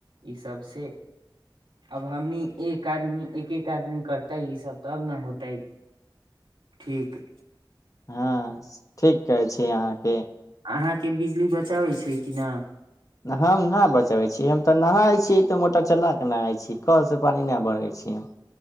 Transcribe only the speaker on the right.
ईसभसँ आब हमनी एक आदमी एक एक आदमी करतै ईसभ तब ने होतै ठीक
अहाँके बिजली बचाबै छै कि न